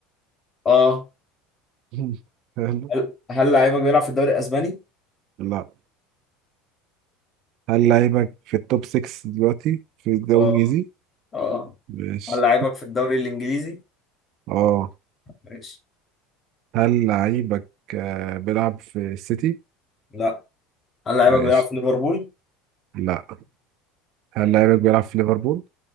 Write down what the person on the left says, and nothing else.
اه
هل هل لعيبك بيلعب في الدوري الاسباني
اه
اه
هل لعيبك في الدوري الانجليزي
ماشي
لا هل لعيبك
بيلعب في ليفربول